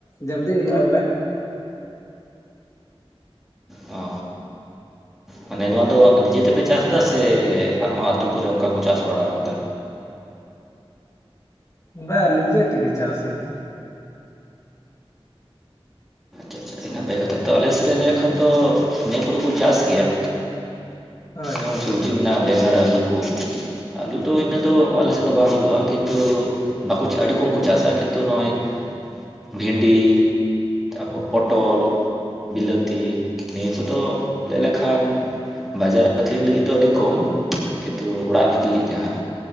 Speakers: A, on the left; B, in the centre.
A: ᱡᱚᱞᱫᱤ ᱦᱩᱭᱩᱜᱼᱟ ᱵᱚᱞᱮ
B: ᱚ ᱢᱟᱱᱮ ᱱᱚᱣᱟ ᱫᱚ ᱱᱤᱡᱮ ᱛᱮᱯᱮ ᱪᱟᱥ ᱫᱟ ᱥᱮ ᱟᱨᱦᱚᱸ ᱟᱛᱳ ᱠᱚᱨᱮ ᱚᱱᱠᱟ ᱠᱚ ᱪᱟᱥ ᱵᱟᱲᱟᱣ ᱠᱟᱫᱟ
A: ᱵ ᱚᱚᱱᱤᱡᱮ ᱛᱮᱜᱮ ᱪᱟᱥ ᱦᱩᱭᱩᱜ ᱠᱟᱱᱟ
B: ᱟᱪᱪᱷᱟ ᱛᱚ ᱱᱟᱯᱟᱭ ᱠᱟᱛᱷᱟ ᱛᱚ ᱟᱞᱮ ᱥᱮᱫ ᱨᱮ ᱞᱟ. ᱭ ᱞᱮᱱᱠᱷᱟᱱ ᱛᱚ ᱱᱚᱣᱟ ᱠᱟᱫᱚ ᱠᱚ ᱪᱟᱥ ᱜᱮᱭᱟ
A: ᱦᱳᱭ
B: ᱡᱮᱢᱚᱱ ᱥᱚᱵᱽᱡᱤ ᱢᱮᱱᱟᱜᱼᱟ ᱵᱮᱸᱜᱟᱲ ᱟᱹᱞᱩ ᱠᱚ ᱟᱞᱩ ᱫᱚ ᱤᱱᱟᱹ ᱫᱚ ᱟᱞ ᱥᱮ ᱫᱚ ᱵᱟᱝ ᱦᱩᱭᱩᱜᱼᱟ ᱠᱤᱱᱛᱩ ᱵᱟᱠᱚ ᱪᱟ ᱟᱹᱰᱤ ᱠᱚᱢ ᱠᱚ ᱪᱟᱥᱟ ᱠᱤᱱᱛᱩ ᱱᱚᱜᱼᱚᱭ ᱵᱷᱮᱱᱰᱤ ᱛᱟᱯᱚᱨ ᱯᱚᱴᱚᱞ ᱵᱤᱞᱟᱹᱛᱤ ᱱᱤᱭᱟᱹ ᱠᱚᱫᱚ ᱞᱮ ᱞᱮᱠᱷᱟᱱ ᱵᱟᱡᱟᱨ ᱟ. ᱠᱷᱤᱨᱤᱧ ᱞᱟᱹᱜᱤᱫ ᱫᱚ ᱟᱹᱰᱤ ᱠᱚᱢ ᱠᱤᱱᱛᱩ ᱚᱲᱟᱜ ᱞᱟᱹᱜᱤᱫ ᱡᱟᱦᱟᱸ